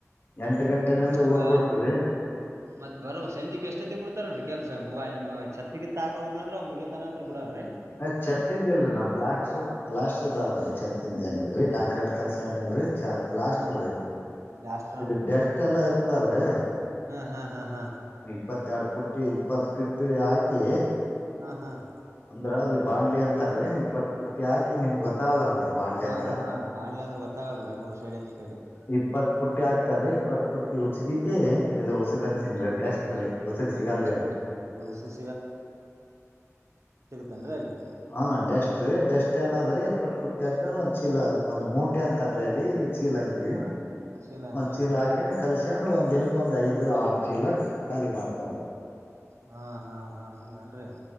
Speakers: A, on the left; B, on the right.
A: ಎಂಟು ಗಂಟೆೆಯಲ್ಲಿದ
B: ಮತ್ ಈಗ
A: ಊರ್ ಬಿಡ್ತವ್ರೀ
B: ಮತ್ ಬರಬಕ್ ಸಂಜೆ ಎಷ್ಟೊತ್ತಿಗೆ ಬಿಡ್ತಾರನ್ರರಿ ಕೆಲ್ಸ ಅಲ್ಲಿ ಛತ್ತಗಿತ್ ತಾಕೋ್ ಅ್ರ ಅವ ಮುಗತನ ಅಂತ ಬಿಡಲ್ರರಿ
A: <unintelligible> ಇಲ್ರೀ ನಾವ್ ಪ್ಲಾಸ್ಟರ್ ಪ್ಲಾಟರ್ದ ಅದ್ರೀ ತ್ತಿಂದ ಏನ ಇಲ್ರರಿ ಕಾಂಕ್ರೀಟ್ ಕೆಲ್ಸ ಏನ ಇಲ್ರರಿ ಪ್ಲಾಸ್ಟರ್
B: ಹ್ಮ್
A: ರೀ
B: ಲಾಸ್ಟ್
A: ಇದು ಡಸ್ಟ್ ಎಲ್ಲಾ ಇರ್ತದಲ್ರರಿ
B: ಹ್ಮ್ ಹ್ಮ್ ಹಾ ಹಾ
A: ಇಪ್ಪತ್ತೆರಡು ಪಫುಟ್ಟ ಇಪ್ಪತ್ತು ಫಿಟ್ ಹಾಕಿ
B: ಹಾ ಹಾ ರೀ
A: ಅಂದ್ರ ಅಲ್ಲಿ ಬಾಂಡ್ಲಿ ಅಂತಾರೀ
B: ಹಾ
A: ಇಪ್ಪತ್ ಪುಟ್ಟಿ ಹಾಕಿ ನಿಮ್ ಗೊತ್ತಾಗಲ್ಲಲ್ರಿ ಬಾಣಲೆ
B: ಹಾ
A: ಅಂದ
B: ಹಾ ಬಾಣ್ಲೆ ಅಂದ್ರ ಗೊತ್ತಾಗಲ್ರಿ ಬೆಂಗ್ಳೂರ್ ಸೈಡಿಂದ್ ಈ ಕಡಿ
A: ಇ ಪುಟ್ಟಿ ಹಾಕ್ತಾರೆ ಇಪ್ಪತ್ ಪುಟ್ಟಿ ಹುಸಿಗೆಗೆ ಇದು ಉಸಗ್
B: ಹ್ಮ್
A: ಅಂತೀನ್
B: ಹ್ಮ್
A: ರರಿ ಡಸ್ಟ್ ರೀ ಉಸಗ್
B: ಹಾ
A: ಸಿಗಲ್ರಿ
B: ಡೆಸ್ಟ್
A: ಅಲ್ಲಿ
B: ಡೆಸ್ಟ್ ಅಲ್ಲಿ ಉಸುಕ್ ತನ್ರಿ ಅಲ್ಲಿ
A: ಹಾ ಡೆಸ್ಟ್ ರೀ ಡೆಸ್ಟ್ ಏನಾದ್ರೆ
B: ಹಾ
A: ಇಪ್ಪತ್ ಪುಟ್ಟಿ ಹಾಕೊಂಡ್ ಒಂದ್ ಚೀಲ ಒಂದ್ ಮೂಟೆ ಅಂತಾರೀ ಅಲ್ಲಿ, ಇಲ್ಲಿ ಚೀಲ ಅಂತೀವಿ
B: ಹಾ ಚೀಲ ಅಂತೀರೇನ್ರಿ
A: ಒಂದ್ ಚೀಲ ಹಾಕೊಂಡ್ ಕಲ್ಸ ಂಡ್ ಒಂದ್ ದಿನಕ್ಕೆ ಒಂದ್ ಐದು ಆರ್ಚೀಲ ಖಾಲಿ ಮಾಡ್ತಾರ್ರೀ
B: ಹಾ ಹಾ ಹಾ ಹಿಂಗನ್ರಿ